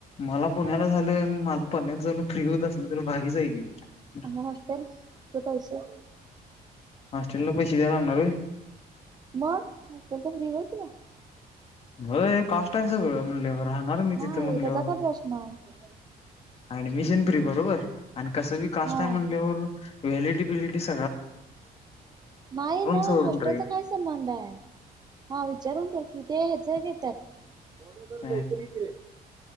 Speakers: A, on the left (about 40°); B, on the right (about 25°).
A: मला पुण्याला झालं माल पुण्यात जर मी फ्री होत असल तरी भारीच आहे मी
B: आणि हॉस्टेल ते पैसे
A: हॉस्टेल ला पैसे द्यायला लागणार होय.
B: मग हॉस्टेल तर फ्री होय तुला
A: होय <unintelligible> सगळं म्हणल्यावर राहणार मी तिथं
B: नाही
A: म्हणल्यावर
B: त्याचा काय प्रश्न आहे.
A: ऍडमिशन फ्री बरोबर. आणि कसं बी काष्ट
B: हा
A: आहे म्हणल्यावर व्हॅलिटी बिलिटी स
B: नाही ना
A: सवरून
B: हॉस्टेलचा
A: रे
B: काय संबंध आहे हा विचारून कर की ते हेच तर भावड्या जरा
A: काय
B: लवकर इकडे ये